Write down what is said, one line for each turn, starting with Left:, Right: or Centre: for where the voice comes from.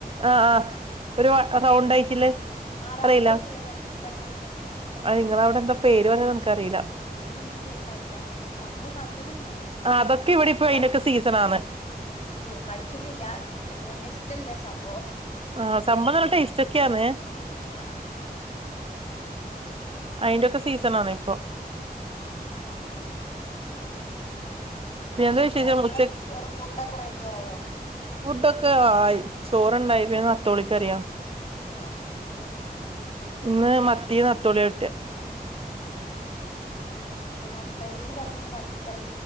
Right: ആഹ ആഹ ഒരു സൗണ്ടായിട്ടില്ലേ
Left: ഏഹ് ആഹ് റൗണ്ട്
Right: അറിയില്ല
Left: ആയിട്ടുള്ള കണ്ട്ക്ക്ണ് കണ്ട്ക്ക്ണ് കണ്ട്ക്ക്ണ്
Right: ആ നിങ്ങളവിടെ എന്താ പേര് വന്ന നനക്ക്റിയില്ല
Left: പേര് എനിക്കും ശരിക്കറിയില്ല അതന്നെ സംഭവം കണ്ടക്കനെ ഞാൻ
Right: ആഹ് അതൊക്കെ ഇവിടെ ഇപ്പൊ
Left: കയ്
Right: അയിന്റൊക്കെ സീസണാന്ന്
Left: ഏ കഴിച്ചിട്ടില്ല അനി വല്യഷ്ടല്ല സംഭവം
Right: ആ സംഭം നല്ല ടെസ്റ്റ്ക്കെയാാണ്
Left: ആ ആ
Right: അയിന്റൊക്കെ
Left: ഉ
Right: സീസണാണ് ഇപ്പൊ
Left: ഏ ആ ആ
Right: പി എന്താ വിശേഷച്ച
Left: ഇങ്ങളെ ഫുഡൊക്കെ റെഡി ആയോ
Right: ഫുഡക്കെ ആ ചോറുണ്ടായി നത്തോളിക്കറിയാം
Left: ആ ആ ആ
Right: ഇന്ന് മത്തി നത്തോളിയ ട്ടിയ
Left: ഏ ഈ നത്തോലിന്ന് പറയണ വത്തൽ